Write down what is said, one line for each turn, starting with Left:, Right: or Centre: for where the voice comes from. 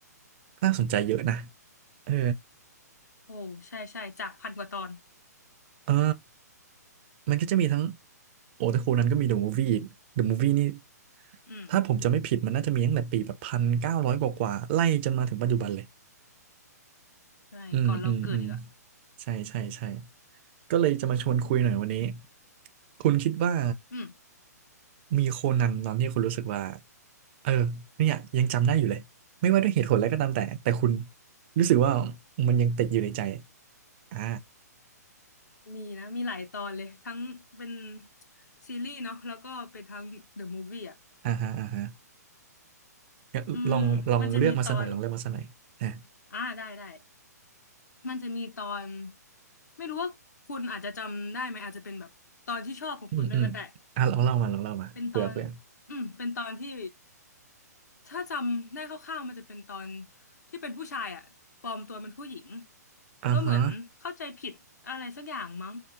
Right: น่าสนใจเยอะนะเออ
Left: โอ้ใช่ใช่จากพันกว่าตอน
Right: เออมันก็จะมีทั้ง โอ้แต่โคนันก็มีเดอะมูฟวี่อีกเดอะมูฟวี่นี่
Left: อืม
Right: ถ้าผมจะไม่ผิดมันน่าจะมีตั้งแต่ปีแบบพันเก้าร้อยกว่าๆไล่จนมาถึงปัจจุบันเลย
Left: ใช่ก่อนเราเกิดอีกอะ
Right: อืมอืมอืมใช่ใช่ใช่ก็เลยจะมาชวนคุยหน่อยวันนี้คุณคิดว่า
Left: อืม
Right: มีโคนันตอนที่คุณรู้สึกว่าเออเนี่ยยังจำได้อยู่เลยไม่ว่าด้วยเหตุผลอะไรก็ตามแต่แต่คุณรู้สึกว่ามันยังติดอยู่ในใจอ่า
Left: มีนะมีหลายตอนเลยทั้งเป็นซีรีส์เนาะแล้วก็เป็นทั้งเดอะมูฟวี่อะ
Right: อ่าฮะอ่าฮะงั้นลองลองเลือกมาสักหน่อยลองเลือกมาสักหน่อยอ่า
Left: อืมมันจะมีตอนอ่าได้ได้มันจะมีตอนไม่รู้ว่าคุณอาจจะจำได้ไหมอาจจะเป็นแบบตอนที่ชอบของคุณด้วยก็ได้
Right: อืมอืมอ่าลองเล่ามาลองเล่ามาเผื่อเผื่อ
Left: เป็นตอนอืมเป็นตอนที่ถ้าจำได้คร่าวๆมันจะเป็นตอนที่เป็นผู้ชายอ่ะปลอมตัวเป็นผู้หญิง
Right: อ่าฮะ
Left: แล้วเหมือนเข้าใจผิดอะไรสักอย่างมั้ง